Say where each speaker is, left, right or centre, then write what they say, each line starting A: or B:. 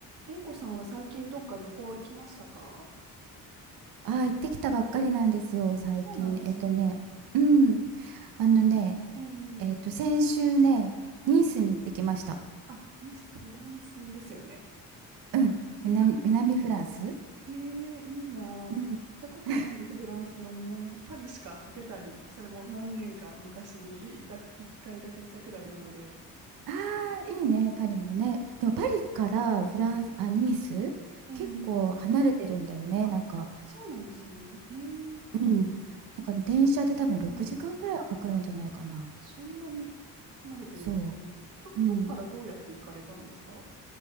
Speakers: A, on the right; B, on the right.
A: 玲子さんは最近どっか旅行行きましたか
B: あ、行ってきたばっかりなんですよ、
A: あ、
B: 最近。
A: そうなんですね。
B: えっとね、うん。あのね、
A: ええ
B: えっと、先週ね、
A: はい。
B: ニースに行ってきました。
A: あ、ニース、フランスですよね。
B: うん。南、
A: あ、
B: 南フランス
A: ええいいなあ。
B: うん。
A: 行ったことないです。
B: <laughs>
A: フランスの南の方パリしか、ベタに、それも何年か昔に行った、一回だけ行ったくらいなので。
B: ああ、いいね、パリもね。でもパリからフランス、
A: ええ
B: あ、ニース、
A: ええ
B: 結構離れてるんだよね、
A: あ、
B: なんか。
A: そうなんですね。ええと、
B: うん。なんか電車で多分6時間ぐらいはかかるんじゃないかな。
A: ええあ、そんなに離れてるんですね。
B: そ
A: ど、
B: う。うん。
A: どっからどうやって行かれたんですか